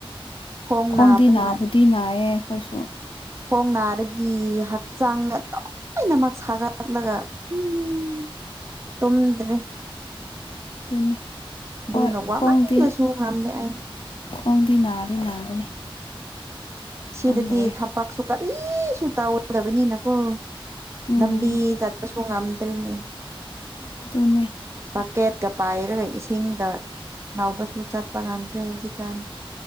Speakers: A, on the right; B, on the left.
A: ꯈꯣꯡ
B: ꯈꯣꯡꯗꯤ
A: ꯅꯥꯕꯅ
B: ꯅꯥꯕꯨꯗꯤ ꯅꯥꯏꯌꯦ ꯈꯣꯏꯁꯨ
A: ꯈꯣꯡ ꯅꯥꯔꯗꯤ ꯍꯛꯆꯥꯡ ꯂꯣꯏꯅꯃꯛ ꯁꯥꯒꯠꯂꯒ ꯎꯝ ꯇꯨꯝꯗ꯭ꯔꯦ
B: ꯗꯨꯅꯤ
A: ꯑꯗꯨꯅ
B: ꯍꯣꯏ
A: ꯋꯥꯃꯜꯂꯁꯨ
B: ꯈꯣꯡꯗꯤ
A: ꯉꯝꯗꯦ ꯑꯩ
B: ꯈꯣꯡꯗꯤ ꯅꯥꯗꯤ ꯅꯥꯒꯅꯤ
A: ꯁꯤꯗꯗꯤ
B: ꯈꯪꯗ꯭ꯔꯦ
A: ꯊꯕꯛꯁꯨ ꯀꯔꯤꯁꯨ ꯇꯥꯎꯗꯕꯅꯤꯅꯀꯣ
B: ꯎꯝ
A: ꯂꯝꯕꯤ ꯆꯠꯄꯁꯨ ꯉꯝꯗ꯭ꯔꯦꯅꯦ
B: ꯇꯣꯅꯦ <unintelligible>
A: ꯕꯛꯀꯦꯠꯀ ꯄꯥꯏꯔꯒ ꯏꯁꯤꯡꯗ ꯂꯧꯕꯁꯨ ꯆꯠꯄ ꯉꯝꯗ꯭ꯔꯦ ꯍꯧꯖꯤꯛꯀꯥꯟ